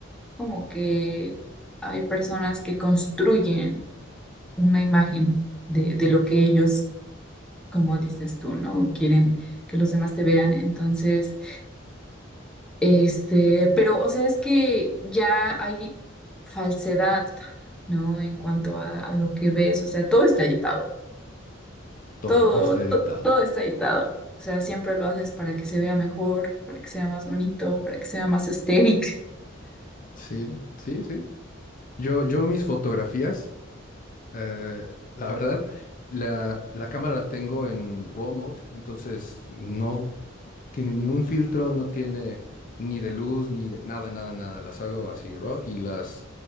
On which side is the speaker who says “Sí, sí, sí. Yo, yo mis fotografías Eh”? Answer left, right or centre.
Left